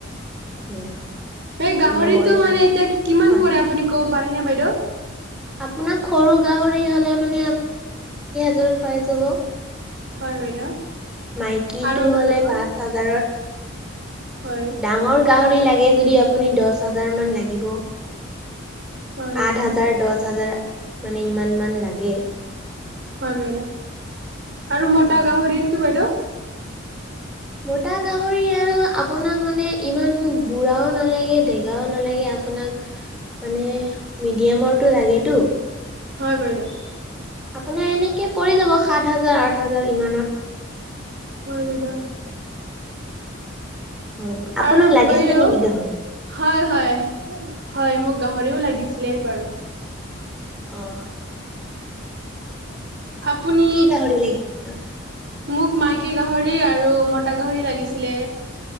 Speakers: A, in the centre; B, on the right.
A: উম
B: সেই গাহৰিতটো
A: মানে ব্ৰইলাৰ
B: মানে এতিয়া কিমান
A: হয়
B: পৰে আপুনি ক'ব পাৰেনে বাইদেউ।
A: আপোনাক সৰু গাহৰি হলে মান যাব।
B: হয় বাইদেউ
A: মাইকীটো
B: আৰু অলপ
A: হলে
B: ডাঙৰ
A: পাঁচ হাজাৰত
B: হয়
A: ডাঙৰ গাহৰি লাগে যদি আপুনি দহ হাজাৰ মান লাগিব
B: হয় বাইদেউ
A: আঠ হাজাৰ দহ হাজাৰ মানে ইমান মান লাগে।
B: হয় বাইদেউ আৰু মতা
A: অ
B: গাহৰিতটো বাইদেউ।
A: মতা গাহৰি আৰু আপোনাক মানে ইমান বুঢ়াও নালাগে ডেগাও নালাগে। আপোনাক মানে মিডিয়ামৰটো লাগেতটো।
B: হয় বাইদেউ
A: আপোনাৰ এনেকে পৰি যাব সাত হাজাৰ, আঠ হাজাৰ ইমানৰ
B: হয় বাইদেউ।
A: অ আপোনাক
B: আৰু
A: লাগিছিলে
B: বাইদেউ,
A: নেকি গাহৰি
B: হয় হয় হয় মোক গাহৰিও লাগিছ নেহ বাৰু।
A: অহ।
B: আপুনি
A: কি গাহৰি লাগিব আপোনাক?
B: মোক মাইকী গাহৰি, আৰু মতা গাহৰি লাগিছিলে।